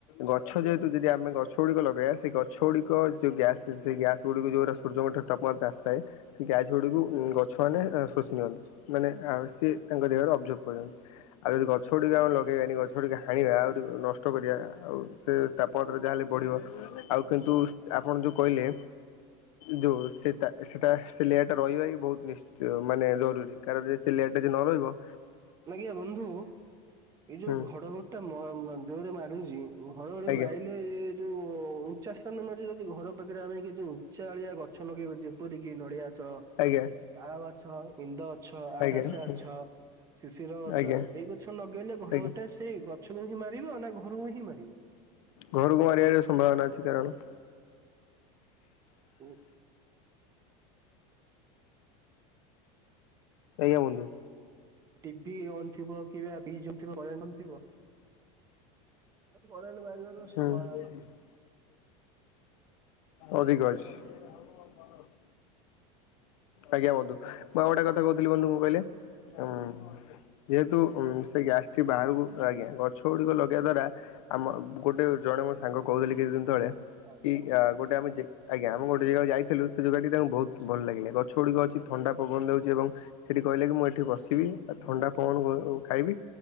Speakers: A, on the left; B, on the right.
A: ଗଛ ଯେହେତୁ ଯଦି ଆମେ ଗଛ ଗୁଡ଼ିକ ଲଗେଇବା ସେଇ ଗଛ ଗୁଡ଼ିକ ଯୋଉ ଗ୍ୟାସ୍ ସେ ଗ୍ୟାସ୍ ଗୁଡ଼ିକ ଯୋଉରା ସୂର୍ଯ୍ୟଙ୍କ ଠାରୁ ତାପମାତ୍ର ଆସିଥାଏ। ସେ ଗ୍ୟାସ୍ ଗୁଡ଼ିକୁ ଗଛ ମାନେ ଶୋଷି ନିଅନ୍ତି ମାନେ ଆ ସିଏ ତାଙ୍କ ଦେହରେ ଅବଜର୍ଭ କରନ୍ତି। ଆଉ ଯଦି ଗଛ ଗୁଡ଼ିକ ଆମ ଲଗେଇବାନି ଗଛ ଗୁଡ଼ିକ ହଣିବା ଆଉ ନଷ୍ଟ କରିବା ଆଉ ସେ ତାପମାତ୍ରା ଯାହାହଲେ ବଢ଼ିବ ଆଉ କିନ୍ତୁ ଆପଣ ଯୋଉ କହିଲେ ଯୋଉ ସେଟା ସେଟା ସେ ଲେଆରଟା ରହିବା ବହୁତ ନି ମାନେ ଜରୁରୀ କାରଣ ଲେନ ଟା ଯଦି ନରହିବ
B: ଆଜ୍ଞା ବନ୍ଧୁ ଏଇ ଯୋଉ
A: ହୁଁ
B: ଘଡ଼ଘ ଟା ମ ଜୋରରେ ମାରୁଚି ଘଡ଼ଘଡ଼ି
A: ଆଜ୍ଞା
B: ମାଇଲେ ଯୋଉ ଉଚା ସ୍ଥାନ ମଧ୍ୟ ଯଦି ଘର ପାଖରେ ଆମେ କିଛି ଉଚା ଆଳିଆ ଗ ଛ ଲଗେଇବା ଯେପରିକି ନଡ଼ିଆ ଗଛ
A: ଆଜ୍ଞା।
B: ତାଳ ଗଛ ଇନ୍ଦ ଗଛ ଆକାଶିଆ
A: ଆଜ୍ଞା ହୁଁ
B: ଗଛ ଶିର ଗଛ
A: ଆଜ୍ଞା
B: ଏଇ ଗଛ ଲଗେଇଲେ ଘଡ଼ଘଡ଼ି
A: ଆଜ୍ଞା
B: ଟା ସେଇ ଗଛକୁ ହିଁ ମାରିବ ନା ଘରକୁ ହିଁ ମାରିବ।
A: ଘରକୁ ମାରିବାର ସମ୍ଭାବନା ଅଛି କାରଣ
B: ହୁଁ।
A: ଆଜ୍ଞା ବନ୍ଧୁ।
B: ଟିଭି ଅନ୍ ଥିବ କିବା ଫିଜ୍ ଅନ୍ ଥିବ <unintelligible> ଥିବ। କରେଣ୍ଟେ ମାରିବାର ସମ୍ଭାବନା
A: ହୁଁ
B: ଅଛି।
A: ଅଧିକଅଛି। <unintelligible> ଆଜ୍ଞା ବନ୍ଧୁ ମୁଁ ଆଉ ଗୋଟେ କଥା କହୁଥିଲି ବନ୍ଧୁ କଣ କହିଲେ ଉ ଯେହେତୁ ଉ ସେ ଗ୍ୟାସ୍ ସେଠ ବାହାରକୁ ଆଜ୍ଞା ଗଛ ଗୁଡିକ ଲଗେଇବା ଦ୍ଵାରା ଆମ ଗୋଟେ ଜଣେ ମ ସାଙ୍ଗ କହୁଥିଲି କିଛି ଦିନ ତଳେ
B: ଆଜ୍ଞା
A: କି ଗୋଟେ ଆମ ଆଜ୍ଞା ଆମ ଗୋଟେ ଜାଗା ଯାଇଥିଲୁ ସେ ଜାଗାଟି ତାଙ୍କୁ ବହୁତ ଭଲ ଲାଗିଲା ଛୁଡ଼ିକ ଅଛି ଥଣ୍ଡା ପବନ ଦେଉଛି ଏବଂ ସେଠି କହିଲେ କି ମୁଁ ଏଠି ବସିବି ଆଉ ଥଣ୍ଡା ପଣ ଖାଇବି